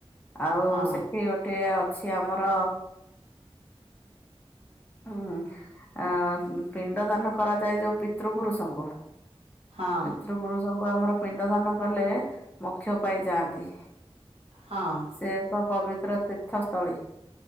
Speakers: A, on the left; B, on the right.
A: ଆଉ
B: ହଁ
A: ସେଠି ଗୋଟେ ଅଛି ଆମର ହୁଁ। ପିଣ୍ଡଦାନ କରାଯାଏ ଯୋଉ ପିତୃ ପୁରୁଷଙ୍କୁ
B: ହଁ
A: ପିତୃପୁୁରୁଷ। ଆମର ପିଣ୍ଡଦାନ କଲେ ମୋକ୍ଷ ପାଇଯାଆନ୍ତି।
B: ହଁ
A: ସେ ଏକ ପବିତ୍ର ତୀର୍ଥସ୍ଥଳୀ।